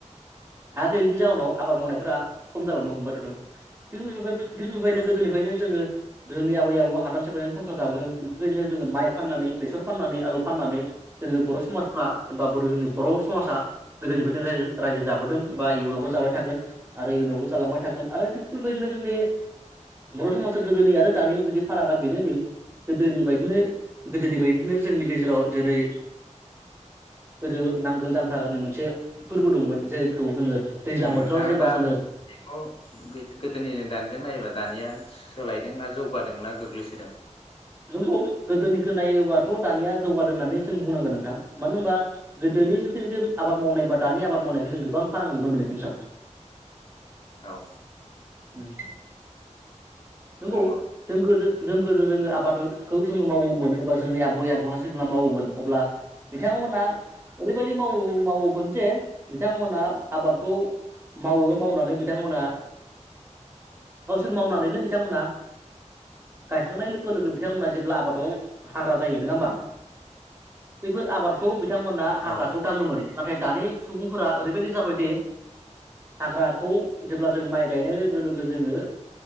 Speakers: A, on the right; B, on the left.
A: हा गैयिनि जाहोनाव आबाद मावनायफोरा खम जालांनो हमबाय थादों <unintelligible> <unintelligible>
B: औ
A: गोदोनिफ्रायनो जोङो जोंनि आबै आबौआ हादान सेफायनानै संसार जाबोदों। इफोरबायदिनो जोङो माइ फाननानै बेसर फाननानै आलु फाननानै जोङो बर' समाजफ्रा एबा बर' जोंनि बर' समाजा गोदोनिफ्रायनो राइज रायजो जाबोदों एबा इयुनावबो जाबाय थागोन आरो इयुनावबो जालांबाय थागोन आरो थि फोरबायदिनो जोंनि बर' समाजा गोदोनि आरो दानि जुदि फारागा बेनोदि गोदोनि बायदिनो गोदोनि बायदिनो जोंनि गेजेराव जेरै गोदो नांगोल जांख्रा होननाय मोनसे फोरबो दंमोन जेयखौ जोङो दैज्लां
B: नोनथाङा
A: बोथोराव जेनेबा
B: दा
A: जोङो
B: बेखौ बे गोदोनिजों दानिजों नायोबा दानिया सोलायदों ना जौगादों ना गोग्लैसोदों?
A: नंगौ गोदोनिखो नायोबाथ' दानिया जौगादों होननानै जों बुंनांगोन नोंथां मानो होनबा गोदोनि जथुनिखि आबाद मावनाय बा दानि आबाद मावनायखौ जों गोबां फारां नुनो मोनो <unintelligible>
B: औ।
A: उम नोंगौ
B: नंगौ
A: जों गोदो जों गोदो जोङो आबादखौ जोङो मावोमोन एबा जोंनि आबइ आबौआ जेब्ला मावोमोन अब्ला बिथांमोना ओरैबायदि माव मावोमोन जे बिथांमोना आबादखौ मावो मावनानै बिथांमोना गावसोर मावनानैनो बिथांमोना गायखांनाय लोगो लोगो बिथांमोना जेब्ला आबादाव हाग्रा जायो नोङा होमबा बैफोर आबादखौ बिथांमोनहा हाग्राखौ
B: औ
A: दाङोमोन नाथाय दानि सुबुंफोरा ओरैबायदि जाबायदि हाग्राखौ जेब्ला जों माइ गायनाय लोगो लोगो जोङो